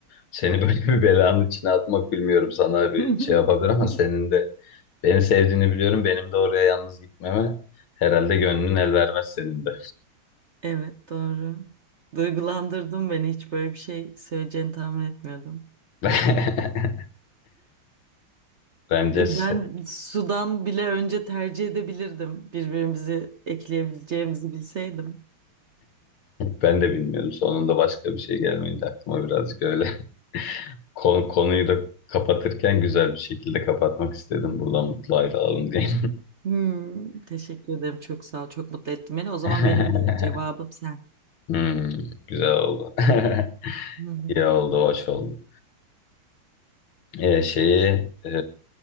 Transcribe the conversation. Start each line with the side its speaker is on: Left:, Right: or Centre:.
Left: Seni <laughs> böyle bir belanın içine atmak bilmiyorum sana bir
Right: <laughs>
Left: şey yapabilir ama senin de beni sevdiğini biliyorum. Benim de oraya yalnız gitmeme herhalde gönlün el vermez senin de.
Right: Evet doğru. Duygulandırdın beni. Hiç böyle bir şey söyleyeceğini tahmin etmiyordum.
Left: <laughs> Bence
Right: E,
Left: se-
Right: Ben sudan bile önce tercih edebilirdim. Birbirimizi ekleyebileceğimizi bilseydim.
Left: ben de bilmiyorum. Sonunda başka bir şey gelmeyince aklıma birazcık öyle. <laughs> Kon- konuyu da kapatırken güzel bir şekilde kapatmak istedim. Buradan mutlu ayrılalım diye.
Right: Hmm, teşekkür ederim. Çok sağ ol. Çok mutlu ettin beni. O zaman
Left: <laughs>
Right: benim de cevabım sen.
Left: Hmm, güzel oldu. <laughs>
Right: Hı hı.
Left: İyi oldu, hoş oldu. Ee, şeyi e,